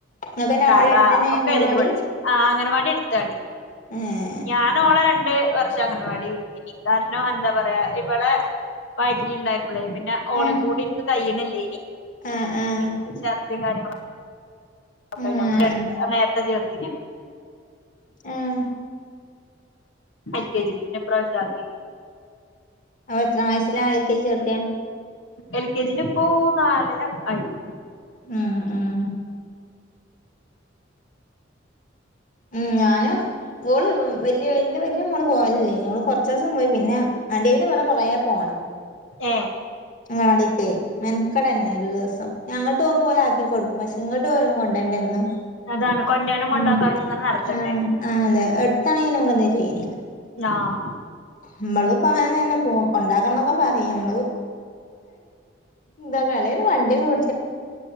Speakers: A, on the left; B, on the left.
A: ഇങ്ങക്കന്നെ
B: തറ
A: അവടെ അടുത്തന്നെ
B: ഒക്കെ
A: അംഗനവാടി
B: ഏതല് പടിച്ചിരി ആ അങ്ങനെവാടി അടുത്താണി
A: ഏഹ്
B: ഞാന ഓള രണ്ട് വർഷ അംഗൻവാടി വിട്ടിനി കാരണം എന്താ പറയാ ഇവളെ വയറ്റണ്ടായി പിന്നെ ഓളും
A: ഉം
B: കൂടി എനി കയ്യുന്നില്ലേ ഇനിക്ക്
A: ആഹ് ആഹ്
B: ശർദി കാര്യങ്ങളൊ ക്കട്ട്
A: ആഹ്
B: അപ്പ നേരത്തെ ചേർത്തി
A: ആഹ
B: എൽ കെ ജിപെ പ്രാവശ്യ
A: അപ്പൊ എത്ര വയസ്സില ആദിക്ക ചേർത്തിയ?
B: എൽ കെ ജി ഇപ്പോ നാലര ആയി <inaudible>
A: ഉം ഉം ഉം ഞാനും ഓള് വല്യ എന്റെ വല്യ മോള് പോയാലല്ലേ ഓള് കുറച്ച ദിവസം പോയി പിന്നെ വണ്ടിൽ വടാ കൊറ പോണം
B: ഏ
A: ഞങ്ങ അടക്കെ മെനക്കട തന്നെ ഒരു ദിവസം ഞങ്ങോട്ട് പോക്മ്പോ ഓല ആക്കിടുക്കും പക്ഷെ ഇങ്ങോട്ട് പോലും കൊണ്ടണ്ട എന്നും
B: അതാണ് കൊണ്ടരാനും കൊണ്ടാക്കാനും
A: ഉം
B: ഇങ്ങനെ നടക്കണ്ടേ
A: ആ ആ അതെ അടുത്താണെങ്കി നമക്ക് എന്താ ചെയ്യണ
B: ആഹ്
A: നമ്മളത് പ അങ്ങനെ തന്നെ പോ കൊണ്ടാക്കണംക്കെ പറയും നമ്മള്ത് എന്താ തലേ വണ്ടേ കവി